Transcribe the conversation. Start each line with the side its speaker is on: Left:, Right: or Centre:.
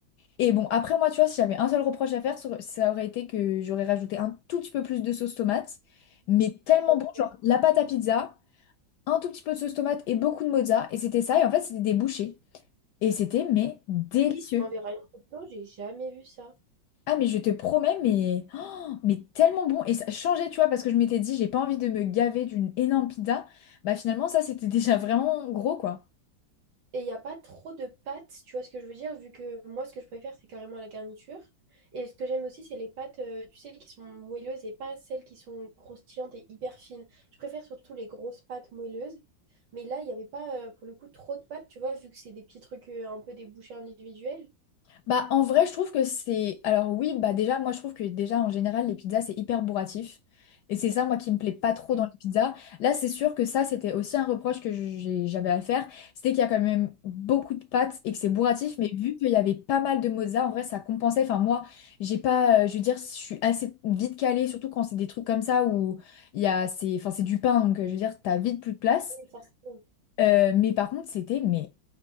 Left: Et bon, après moi, tu vois, si j'avais un seul reproche à faire, ça aurait ça aurait été que j'aurais rajouté un tout petit peu plus de sauce tomate. Mais tellement
Right: Ok.
Left: bon, genre la pâte à pizza, un tout petit peu de sauce tomate et beaucoup de mozza. Et c'était ça, et en fait, c'était des bouchées. Et c'était, mais délicieux.
Right: On verra une photo, j'ai jamais vu ça.
Left: Ah, mais je te promets, mais, oh, mais tellement bon. Et ça changeait, tu vois, parce que je m'étais dit, j'ai pas envie de me gaver d'une énorme pizza. Bah finalement, ça, c'était <laughs> déjà vraiment gros, quoi.
Right: Et il n'y a pas trop de pâtes, tu vois ce que je veux dire, vu que moi, ce que je préfère, c'est carrément la garniture. Et ce que j'aime aussi, c'est les pâtes, euh, tu sais, qui sont moelleuses et pas celles qui sont croustillantes et hyper fines. Je préfère surtout les grosses pâtes moelleuses. Mais là, il n'y avait pas, euh, pour le coup, trop de pâtes, tu vois, vu que c'est des petits trucs euh, un peu des bouchées individuelles.
Left: Bah, en vrai, je trouve que c'est. Alors, oui, bah, déjà, moi, je trouve que déjà, en général, les pizzas, c'est hyper bourratif. Et c'est ça, moi, qui me plaît pas trop
Right: <laughs>
Left: dans les pizzas. Là, c'est sûr que ça, c'était aussi un reproche que j'ai- j'avais à faire. C'était qu'il y a quand même beaucoup de pâtes et que c'est bourratif. Mais vu qu'il y avait pas mal de mozza, en vrai, ça compensait. Enfin, moi, j'ai pas. euh, je veux dire, je suis assez vite calée, surtout quand c'est des trucs comme ça où il y a. C'est... Enfin, c'est du pain, donc euh, je veux dire, t'as vite plus de place.
Right: Et forcément-
Left: Euh, mais par contre, c'était mais